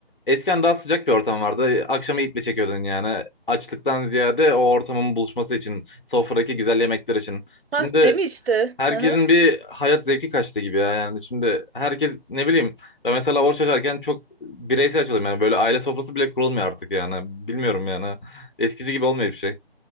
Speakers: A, on the left (about 55°); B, on the right (about 70°).
A: eskiden daha sıcak bir ortam vardı. Akşamı iple çekiyordun yani. Açlıktan ziyade o ortamın buluşması için, sofradaki güzel yemekler için. Şimdi
B: Ha değil mi işte?
A: Herkesin
B: Hı hı.
A: bir hayat zevki kaçtı gibi ya yani şimdi herkes ne bileyim ben mesela oruç açarken çok bireysel açıyorum yani böyle aile sofrası bile kurulmuyor artık yani bilmiyorum yani eskisi gibi olmuyor bir şey.